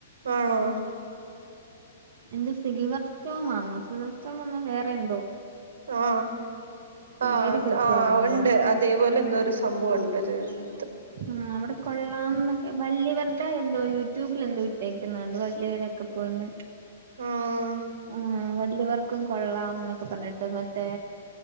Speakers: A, on the right; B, on the right.
A: ആണോ
B: എന്ത്‌ സിൽവർ സ് റ്റോം ആന്നോ സിൽവർ സ്റ്റോം <unintelligible> വേറെ എന്തോ
A: ആ
B: പേര്
A: ആ
B: കൃത്യം
A: ആ ആ
B: അറിഞ്ഞൂടാ
A: ഉണ്ട് അതേപോലെ എന്തോ ഒരു സംഭവം ഒണ്ട് അതെണ്ട്
B: ആ അവിടെ കൊള്ളാംന്നൊക്കെ വല്ല്യവര്ടെ എൻ - ന്തോ യൂട്യൂബിൽ എന്തോ ഇട്ടേക്ക്ന്ന കണ്ടു വലിയവരൊക്കെ പോയിന്ന്
A: ആഹ്
B: ആ വല്ല്യവർ ക്കും കൊള്ളാം ന്നൊക്കെ പറഞ്ഞിട്ട് മറ്റേ